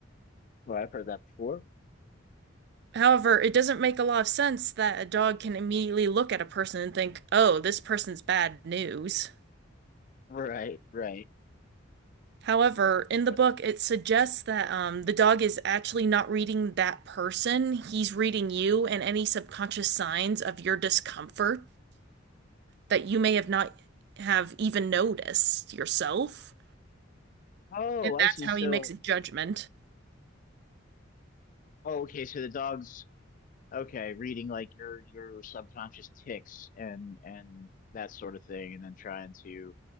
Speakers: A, on the left; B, on the right.
A: Well, I've heard that before.
B: However, it doesn't make a lot of sense that a dog can immediately look at a person and think, "Oh, this person's bad news."
A: Right, right.
B: However, in the
A: But
B: book, it suggests that um, the dog is actually not reading that person. He's reading you and any subconscious signs of your discomfort that you may have not have even noticed yourself.
A: oh,
B: And
A: I
B: that's
A: see.
B: how
A: So,
B: he makes a judgment.
A: oh, okay. So the dogs okay, reading like your your subconscious tics and and that sort of thing, and then trying to